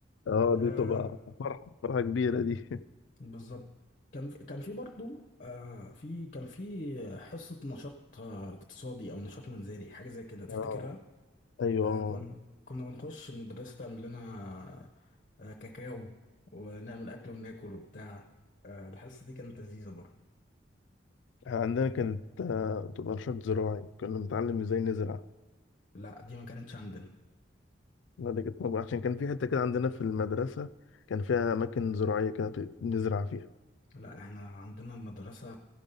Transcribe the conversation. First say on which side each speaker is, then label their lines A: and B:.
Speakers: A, on the left; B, on the left.
A: اه
B: آه
A: دي تبقى فرحه فرحه كبيره دي
B: بالظبط كان في كان في برضه آه في كان في حصة نشاط آه، اقتصادي أو نشاط منزلي حاجة زي كده تفتكرها؟
A: <laughs> اه ايوه
B: آه، كنا كنا بنخش المدرسة تعمل لنا آه، كاكاو ونعمل أكل وناكل وبتاع آه، الحصة دي كانت لذيذة برضه
A: عندنا كانت آه، تبقى نشاط زراعي كنا بنتعلم ازاي نزرع
B: لا دي ما كانتش عندنا
A: لا دي كانت موجودة عشان كان في حتة كده عندنا في المدرسة كان فيها أماكن زراعية كده بت- نزرع فيها
B: لا احنا عندنا المدرسة